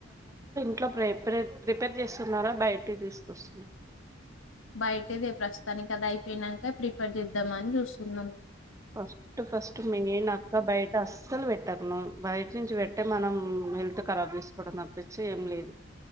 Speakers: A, on the right; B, on the left.
A: ఇట్లో ప్రిప ప్రిపేర్ చేస్తున్నారా బయటికి తీసుకొస్తున్నా
B: బయటేదే ప్రస్తుతానికి అది అయిపోయినాక ప్రిఫెర్ చేద్దాం అని చూసు సున్నా
A: ఫస్ట్ ఫస్ట్ మెయిన్ అక్క బయట అస్సలు పెట్టకు నువ్వు నుంచి పెట్టే మనం హెల్త్ ఖరాబ్ చేసుకోవడం తప్పించి ఏం లేదు